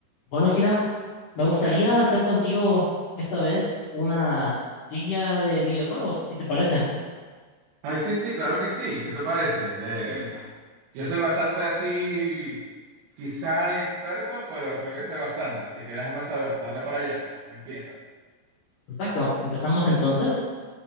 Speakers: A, on the left; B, on the right.
A: Bueno, Hiram, me gustaría hacer contigo esta vez una trivia de videojuegos, si te parece.
B: Ay, sí, sí, claro que sí. ¿Qué te parece? Eh, yo soy bastante así, quizá inexperto, pero creo que sé bastante, así que déjame saber. Dale para allá. Empieza.
A: Perfecto, empezamos entonces.